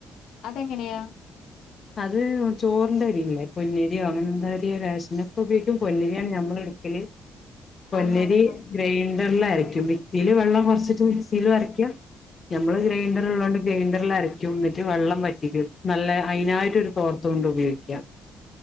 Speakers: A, on the left; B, on the left.
A: അതെങ്ങനെയാ
B: അത് ചോറിന്റെ അരില്ലെ പൊന്നിരിയോ അങ്ങനെ എന്താ റേഷനൊക്കെ ഉപയോഗിക്കും പൊന്നിരിയാണ് നമ്മള് പൊന്നരി
A: ആഹ് ആഹ്
B: ഗ്ര വെള്ള ആയിരിക്കും മിക്സിൽ വെള്ളം കുറച്ചിട്ട് മിക്സിൽ അരയ്ക്കാം ഞമ്മള് ഗ്രൈൻഡർ ഉള്ളോണ്ട് ഗ്രൈൻഡറിൽ അരക്കി നിന്നിട്ട് വെള്ളം പറ്റി നല്ല അതിനായിട്ടരു തോർത്ത് കൊണ്ട് ഉപയോഗിക്കുക